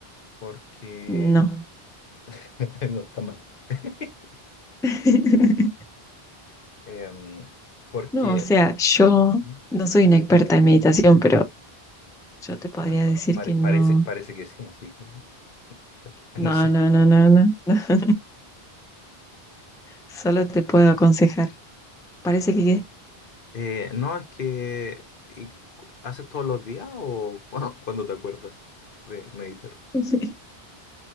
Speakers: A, on the left (about 60°); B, in the centre.
A: porque...
B: no.
A: <laughs> no, está mal. <laughs>
B: <laughs>
A: Em, porque...
B: No, o sea, yo
A: mm,
B: no soy una experta en meditación, pero yo te podría
A: Ah, pa-
B: decir
A: pare-
B: que
A: parece,
B: no,
A: parece que sí, así que <laughs>
B: no,
A: no sé.
B: no, no, no, no, <laughs> Solo te puedo aconsejar. Parece que
A: Eh, no, es que ¿y cu- ¿haces todos los días o <laughs> cuando, cuando te acuerdas de meditar?
B: <laughs>